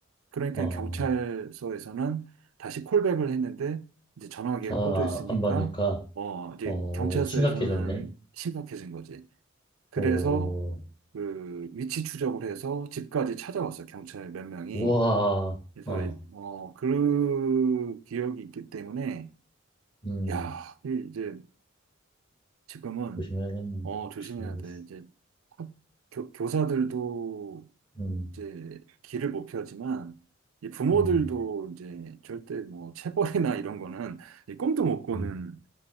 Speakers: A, on the right; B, on the left.
A: 그러니까
B: 어,
A: 경찰서에서는 다시 콜백을 했는데 이제 전화기가
B: 전화
A: 꺼져 있으니까
B: 안 받으니까,
A: 어 이제
B: 어,
A: 경찰서에서는
B: 심각해졌네.
A: 심각해진 거지. 그래서
B: 오,
A: 그 위치 추적을 해서 집까지 찾아왔어, 경찰 몇 명이.
B: 우와,
A: 그래서
B: 어,
A: 어 그 기억이 있기 때문에
B: 음,
A: 야, 이- 이제 지금은
B: 조심해야겠네.
A: 어 조심해야
B: 조심해야겠어.
A: 돼. 이제 학- 교, 교사들도
B: 음,
A: 이제 길을 못 펴지만 이 부모들도
B: 음,
A: 이제 절대 뭐 체벌이나 이런 거는 이 꿈도 못 꾸는
B: 음,